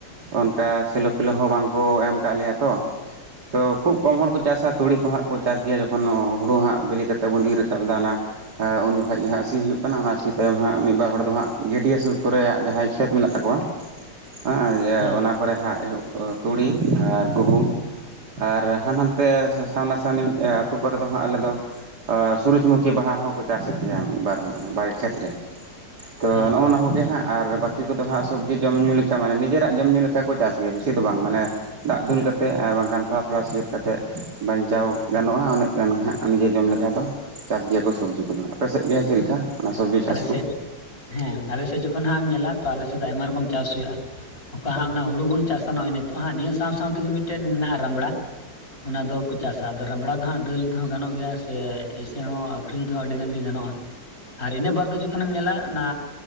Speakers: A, on the right; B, on the left.
A: ᱚᱱᱠᱟ ᱥᱮᱞᱳ ᱯᱷᱮᱞᱳ ᱦᱚᱸ ᱵᱟᱝ ᱠᱚ ᱮᱢ ᱠᱟᱜ ᱞᱮᱭᱟ ᱛᱚᱻ᱾ ᱛᱚ ᱠᱷᱩᱵ ᱠᱚᱢ ᱦᱚᱲ ᱠᱚ ᱪᱟᱥᱟ, ᱛᱩᱲᱤ ᱠᱚ, ᱦᱟᱸᱜ ᱠᱚ ᱪᱟᱥ ᱜᱮᱭᱟ᱾ ᱡᱚᱠᱷᱚᱱ ᱱᱚ ᱦᱩᱲᱩ ᱦᱟᱸᱜ ᱵᱤᱞᱤ ᱠᱟᱛᱮᱜ ᱵᱚᱱ ᱤᱨᱟᱠᱟᱵ ᱫᱟ ᱟᱱᱟ ᱟ ᱩᱱ ᱡᱚᱠᱷᱚᱡ ᱜᱮ ᱦᱟᱸᱜ ᱥᱤ ᱦᱩᱭᱩᱜ ᱠᱟᱱᱟ᱾ ᱚᱱᱟ ᱥᱤ ᱛᱟᱭᱚᱢ ᱦᱟᱸᱜ ᱢᱤᱜ, ᱵᱟᱨ ᱦᱚᱲ ᱫᱚ ᱦᱟᱸᱜ ᱜᱟᱹᱰᱭᱟᱹ ᱥᱩᱨ ᱠᱚᱨᱮ ᱭᱟᱜ ᱡᱟᱦᱟᱭ ᱠᱷᱮᱛ ᱢᱮᱱᱟᱜ ᱛᱟᱠᱚᱣᱟ ᱟᱺᱜ ᱭᱟᱹ
B: ᱦᱮᱸ
A: ᱚᱱᱟ ᱠᱚᱨᱮ ᱦᱟᱸᱜ ᱮᱦᱚᱵ ᱠᱚ ᱛᱩᱲᱤ ᱟᱨ ᱜᱩᱦᱩᱢ ᱟᱨ ᱦᱟᱱ-ᱦᱟᱱ ᱛᱮ ᱥᱟ ᱥᱟᱢᱱᱟ-ᱥᱟᱢᱱᱤ ᱟᱹᱛᱩ ᱠᱚᱨᱮ ᱫᱚ, ᱦᱟᱸᱜ ᱟᱞᱮ ᱫᱚ ᱟᱨ ᱥᱩᱨᱩᱡᱽᱢᱩᱠᱷᱤ ᱵᱟᱦᱟ ᱦᱚᱸᱠᱚ ᱪᱟᱥᱮᱜ ᱜᱮᱭᱟ ᱢᱤᱜ, ᱵᱟᱨ ᱦᱚ ᱢᱟᱱᱮ ᱵᱟᱭ ᱠᱷᱮᱛ ᱨᱮ᱾ ᱛᱚ
B: ᱦᱮᱸ
A: ᱱᱚᱜᱼᱱᱟ ᱠᱚᱜᱮ ᱦᱟᱸᱜ ᱟᱨ ᱵᱟᱹᱠᱤ ᱠᱚᱫᱚ ᱦᱟᱸᱜ ᱥᱚᱵᱽᱡᱤ ᱡᱚᱢ-ᱧᱩ ᱞᱮᱠᱟ, ᱢᱟᱱᱮ ᱱᱤᱡᱮᱨᱟᱜ ᱡᱚᱢᱼ ᱧᱩ ᱞᱮᱠᱟ ᱠᱚ ᱪᱟᱥ ᱜᱮᱭᱟ ᱵᱤᱥᱤ ᱫᱚ ᱵᱟᱝ ᱢᱟᱱᱮ ᱫᱟᱜ ᱫᱩᱞ ᱠᱟᱛᱮᱜ ᱟᱨ ᱵᱟᱝ ᱜᱟᱱ ᱛᱷᱚᱲᱟ-ᱛᱷᱚᱲᱟ ᱥᱮᱛ ᱠᱟᱛᱮᱜ ᱵᱟᱧᱪᱟᱣ ᱜᱟᱱᱚᱜᱼᱟᱸᱻ ᱱᱟᱹᱜ ᱜᱟᱱ ᱦᱟᱸᱜ ᱱᱤᱡᱮ ᱡᱚᱢ ᱞᱮᱠᱟ ᱫᱚ᱾ ᱪᱟᱥ ᱜᱮᱭᱟ ᱠᱚ ᱥᱚᱵᱽᱡᱤ ᱠᱚᱫᱚ, ᱟᱯᱮ ᱥᱮᱜ ᱜᱮ ᱪᱮᱜ ᱞᱮᱠᱟ? ᱚᱱᱟ ᱥᱚᱵᱽᱡᱤ ᱪᱟᱥ
B: ᱟᱞᱮ
A: ᱠᱚ
B: ᱥᱮᱜ ᱦᱮᱸ, ᱟᱞᱮ ᱥᱮᱜ ᱡᱚᱠᱷᱚᱱ ᱦᱟᱸᱜ ᱮᱢ ᱧᱮᱞᱟ ᱛᱚ, ᱟᱞᱮ ᱥᱮᱜ ᱫᱚ ᱟᱭᱢᱟ ᱨᱚᱠᱚᱢ ᱪᱟᱥ ᱦᱩᱭᱩᱜᱼᱟ᱾ ᱚᱠᱟ ᱦᱟᱸᱜ ᱚᱱᱟ ᱦᱩᱲᱩ ᱵᱚᱱ ᱪᱟᱥᱟ, ᱱᱚᱜᱼᱚᱭ ᱱᱤᱛᱚᱜ ᱦᱟᱸᱜ ᱱᱤᱭᱟᱹ ᱥᱟᱶ-ᱥᱟᱶ ᱛᱮᱜᱮ ᱢᱤᱜᱴᱮᱫ ᱢᱮᱱᱟᱜᱼᱟ, ᱨᱟᱸᱵᱽᱲᱟ᱾ ᱚᱱᱟ ᱫᱚ ᱠᱚ ᱪᱟᱥᱟ, ᱟᱫᱚ ᱨᱟᱸᱵᱽᱲᱟ ᱫᱚ ᱦᱟᱸᱜ ᱫᱟᱹᱞ ᱛᱷᱮᱶᱚ ᱜᱟᱱᱚᱜ ᱜᱮᱭᱟ ᱥᱮ ᱮᱥᱮ ᱦᱚᱸ ᱟᱠᱷᱨᱤᱧ ᱛᱮᱦᱚᱸ ᱟᱹᱰᱤ ᱜᱟᱱ ᱜᱮ ᱜᱟᱱᱚᱜᱼᱟ᱾ ᱟᱨ ᱤᱱᱟᱹ ᱵᱟᱫᱽ ᱫᱚ ᱡᱚᱠᱷᱚ ᱱᱮᱢ ᱧᱮᱞᱟ, ᱟᱱᱟ